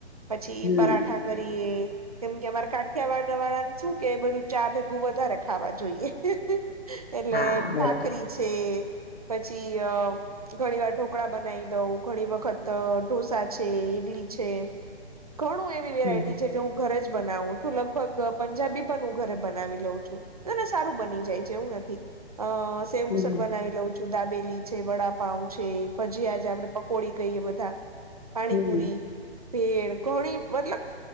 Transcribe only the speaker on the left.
હમ
હા બરોબર
હમ
હમ
હમ